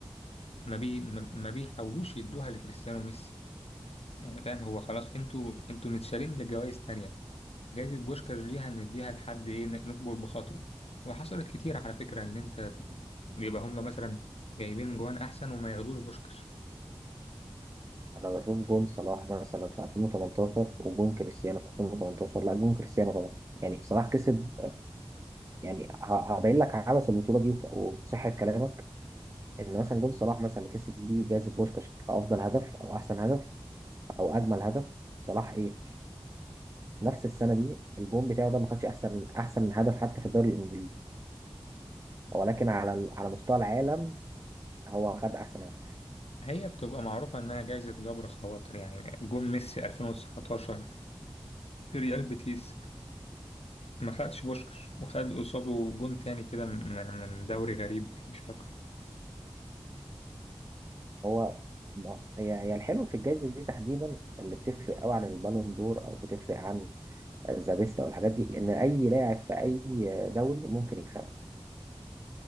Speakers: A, on the left (about 80°); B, on the right (about 30°).
A: ما بي ما ما بيحاولوش يدوها لكريستيانو وميسي يعني فاهم هو خلاص انتوا انتوا متشالين لجوائز تانية فجائزة بوشكاش دي هنديها لحد ايه ن- نكبر بخاطره وحصلت كتير على فكرة ان انت يبقى هم مثلا جايبين جوان احسن وما ياخدوش بوشكاش
B: بشوف جون صلاح مثلا في 2018 وجون كريستيانو في 2018 لا جون كريستيانو طبعا يعني صلاح كسب يعني ه- هبين لك عبث البطوله دي وك- وصحه كلامك ان مثلا جون صلاح مثلا اللي كسب بيه جائزه بوشكاش كافضل هدف او احسن هدف او اجمل هدف صلاح ايه نفس السنه دي الجون بتاعه ده ما خدش احسن احسن من هدف حتى في الدوري الانجليزي ولكن على ال- على مستوى العالم هو خد احسن لاعب
A: هي بتبقى معروفة انها جائزة جبر خواطر يعني جون ميسي 2019 في ريال بيتيس ما خدش بوشكاش وخد قصاده جون تاني كده من من دوري غريب مش فاكره
B: هو هي هي الحلو في الجائزه دي تحديدا اللي بتفرق قوي عن البالون دور او بتفرق عن ذا بيست او الحاجات دي ان اي لاعب في اي دوري ممكن يكسبها